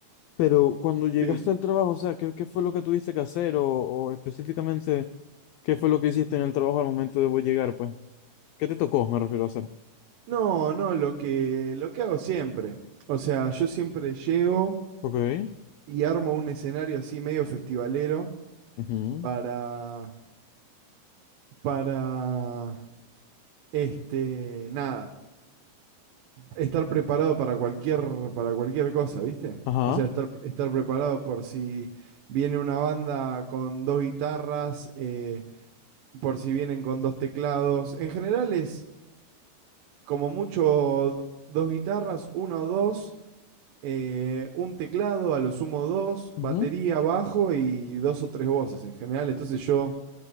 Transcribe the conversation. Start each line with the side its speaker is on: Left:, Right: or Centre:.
Left: Pero cuando llegaste
Right: Sí.
Left: al trabajo, o sea, ¿qué, qué fue lo que tuviste que hacer? O, o específicamente, ¿qué fue lo que hiciste en el trabajo al momento de vos llegar, pues? ¿Qué te tocó, me refiero a hacer?
Right: No, no, lo que, lo que hago siempre. O sea, yo siempre llego
Left: Ok.
Right: y armo un escenario así medio festivalero
Left: ujú,
Right: para, para, este, nada, estar preparado para cualquier, para cualquier cosa, ¿viste?
Left: Ajá.
Right: O sea, estar, estar preparado por si viene una banda con dos guitarras, eh, por si vienen con dos teclados. En general es como mucho dos guitarras, uno o dos eh, un teclado, a lo sumo dos, batería,
Left: ujú,
Right: bajo y dos o tres voces en general. Entonces yo